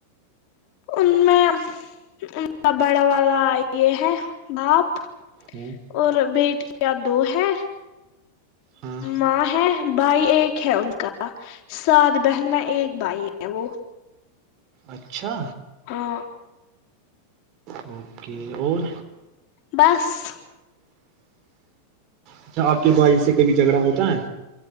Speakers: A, on the left (about 45°); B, on the right (about 40°).
A: ان میں ان کا بڑا والا یہ ہے باپ
B: ہے
A: اور بیٹ کیا دو ہے
B: ہاں
A: ماں ہے بھائی ایک ہے ان کا سات بہن میں ایک بھائی ہے وہ
B: اچھا
A: ہاں
B: اوکے اور
A: بس
B: اچھا آپ کے بھائی سے کبھی جھگڑا ہوتا ہے